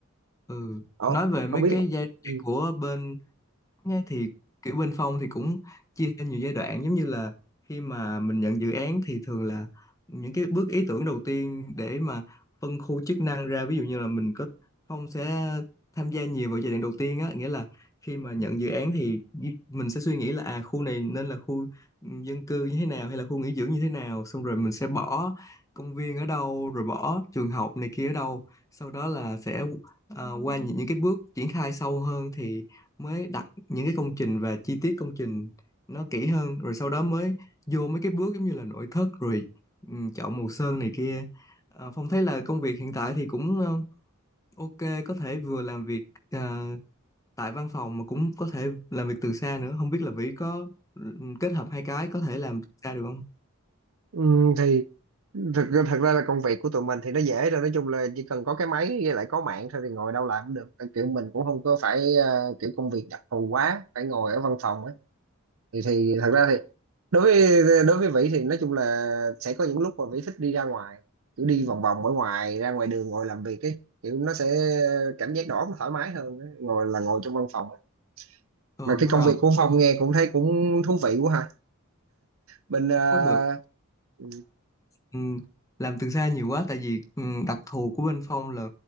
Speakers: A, on the left; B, on the right.
A: ừ.
B: Ồ,
A: Nói về mấy
B: không biết
A: cái giai đoạn
B: ừ.
A: của bên Nghe thì kiểu bên Phong thì cũng chia theo nhiều giai đoạn giống như là khi mà mình nhận dự án thì thường là những cái bước ý tưởng đầu tiên để mà phân khu chức năng ra ví dụ như là mình có Phong sẽ tham gia nhiều vào giai đoạn đầu tiên á nghĩa là khi mà nhận dự án thì mình sẽ suy nghĩ là à khu này nên là khu dân cư như thế nào hay là khu nghỉ dưỡng như thế nào xong rồi mình sẽ bỏ công viên ở đâu rồi bỏ trường học này kia ở đâu sau đó là sẽ ờ, qua những, những cái bước triển khai sâu hơn thì mới đặt những cái công trình và chi tiết công trình nó kỹ hơn rồi sau đó mới vô mấy cái bước giống như là nội thất rồi ừ, chọn màu sơn này kia Ờ, Phong thấy là công việc hiện tại thì cũng ờ, ok có thể vừa làm việc ờ, tại văn phòng mà cũng có thể làm việc từ xa nữa không biết là Vĩ có ừ, kết hợp hai cái có thể làm từ xa được không
B: Ừ, thì thật thật ra là công việc của tụi mình thì nó dễ rồi nói chung là chỉ cần có cái máy với lại có mạng thôi thì ngồi đâu làm cũng được kiểu mình cũng không có phải ờ, kiểu công việc đặc thù quá phải ngồi ở văn phòng thì thì thật ra thì đối với đối với Vĩ thì nói chung là sẽ có những lúc mà Vĩ thích đi ra ngoài kiểu đi vòng vòng ở ngoài ra ngoài đường ngồi làm việc ấy kiểu nó sẽ cảm giác đầu óc nó thoải mái hơn á, ngồi là ngồi trong văn phòng á.
A: ờ
B: mà cái
A: nhưng
B: công
A: mà
B: việc của Phong nghe cũng thấy cũng thú vị quá ha bên ờ,
A: có được
B: ừ,
A: Ừ, làm từ xa nhiều quá tại vì ừ, đặc thù của bên Phong là